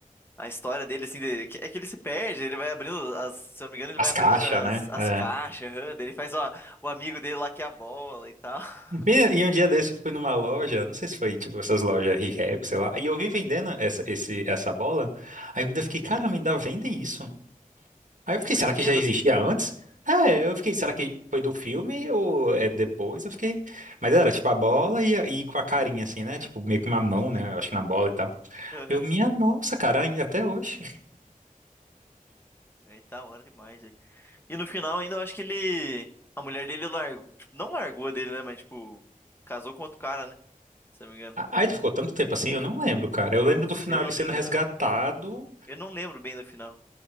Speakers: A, on the left; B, on the right.
A: A história dele, assim, de- que- é que ele se perde, ele vai abrindo, as, se eu não me engano, ele
B: As
A: vai
B: caixas,
A: abrindo as,
B: né?
A: as
B: É.
A: caixas, aham, daí ele faz, ó, o amigo dele lá que é a bola e tal, <laughs>
B: E, e um dia desse eu fui numa loja, não sei se foi tipo essas lojas Rehab, sei lá, e eu vi vendendo essa, esse, essa bola. Aí eu ainda fiquei, cara, ainda vendem isso? Aí
A: como
B: eu fiquei,
A: um brinquedo,
B: será que já existia
A: assim.
B: antes? É, eu fiquei, será que foi do filme ou é depois? Eu fiquei. Mas era tipo a bola e, a- e com a carinha, assim, né? Tipo, meio que uma mão,
A: Uhum,
B: né? Eu acho que na bola e tal.
A: aham.
B: Eu, minha nossa, cara, ainda até hoje.
A: Aí tá hora demais, velho. E no final ainda eu acho que ele, a mulher dele largou, tipo, não largou dele, né, mas, tipo, casou com outro cara, né, se eu não me engano.
B: A- Aí ele ficou tanto tempo assim, eu não lembro, cara. Eu lembro
A: Se
B: do final
A: eu
B: ele
A: não
B: sendo
A: me engano,
B: resgatado.
A: eu não lembro bem do final.